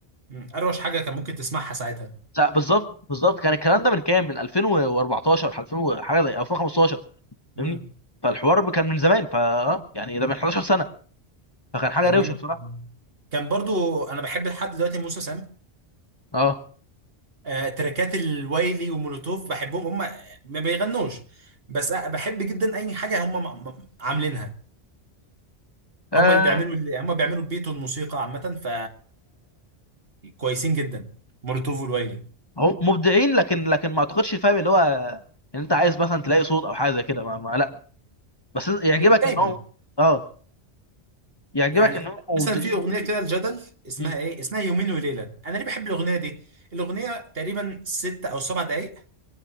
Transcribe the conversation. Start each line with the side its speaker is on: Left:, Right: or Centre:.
Right: مم. اروش حاجه كان ممكن تسمعها ساعتها
Left: لا، بالظبط بالظبط كان الكلام ده من كام من 2014 2000 وحاجه زي 2015
Right: مم.
Left: فاهمني فالحوار كان من زمان فا آه، يعني ده من 11 سنه فكان حاجه
Right: كان
Left: روشه
Right: مين
Left: بصراحه
Right: كان برضو انا بحب لحد دلوقتي موسى سام
Left: اه
Right: آه، تراكات الوايلي ومولوتوف بحبهم هم ما بيغنوش بس أ- بحب جدا اي حاجه هم م- م- عاملينها
Left: آه
Right: هم اللي بيعملوا اللي هم بيعملوا البيت والموسيقى عامه ف كويسين جدا مولوتوف والوايلي
Left: هم مبدعين لكن لكن ما اعتقدش فاهم اللي هو ان انت عايز مثلا تلاقي صوت او حاجه زي كده ما, ما لا بس يعجبك
Right: مش دايما
Left: انهم اه يعجبك
Right: يعني
Left: انهم مبدعين
Right: مثلا في اغنيه كده الجدل اسمها
Left: مم.
Right: ايه اسمها يومين وليله انا ليه بحب الاغنيه دي الاغنيه تقريبا ست او سبع دقائق